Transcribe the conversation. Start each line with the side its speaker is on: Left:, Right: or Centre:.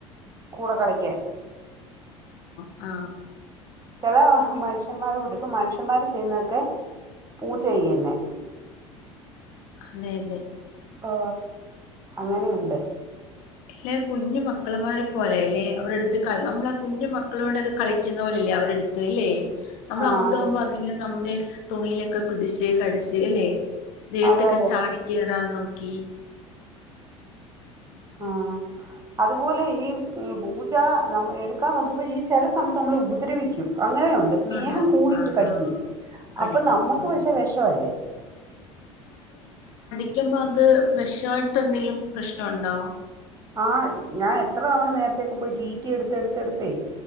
Right: കൂട കളിക്കാൻ
Left: ആ
Right: ചെല മനുഷ്യന്മാറെകൂട്ട് ഇപ്പം മനുഷ്യന്മാര് ചെയ്യുന്നക്കെ പൂച്ചയ്യുന്നെ
Left: അതെല്ലെ
Right: ആ അങ്ങനെയുണ്ട്
Left: ല്ലെ കുഞ്ഞു മക്കള്മാരെ പോലെല്ലെ അവർടുത്ത് ക നമ്മള കുഞ്ഞു മക്കളോടൊക്കെ കളിക്കുന്ന പോലെല്ലേ അവരെടുത്ത് ല്ലേ നമ്മൾ
Right: ആ
Left: അങ്ങോട്ട്
Right: അതെ
Left: പോകുമ്പോ അതില്ലെ നമ്മുടെ തുണിയിലൊക്കെ പിടിച്ച് കടിച്ച് അല്ലെ ദേഹത്തക്കെ
Right: അതെ അതെ
Left: ചാടിക്കേറാ ക്കി
Right: ആ അതുപോലെ ഈ പൂച്ച നമ് എടുക്കാൻ നോക്കിയപ്പോ ഈ ചെല സമയത്ത് നമ്മള ഉപദ്രവിക്കും അങ്ങനെ ഒണ്ട് സ്നേഹം
Left: ആണോ
Right: കൂടിട്ട്
Left: ആഹ്
Right: കടിക്കും
Left: ആഹ് കടിക്കും
Right: അപ്പൊ നമ്മക്ക്
Left: ഉം
Right: പക്ഷെ വെഷവല്ലേ
Left: ക്കുമ്പോ അത് വെഷായിട്ടെന്തെലും പ്രശ്നണ്ടോ
Right: ആ ഞാൻ എത്ര തവണ നേരത്തേക്കെ പോയി റ്റീറ്റി എടുത്തെടുത്തെടുത്തേ